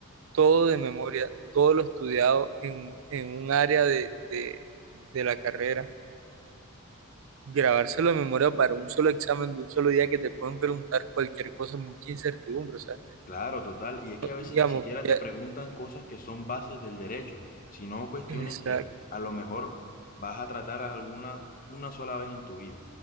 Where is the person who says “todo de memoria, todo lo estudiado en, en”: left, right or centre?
Right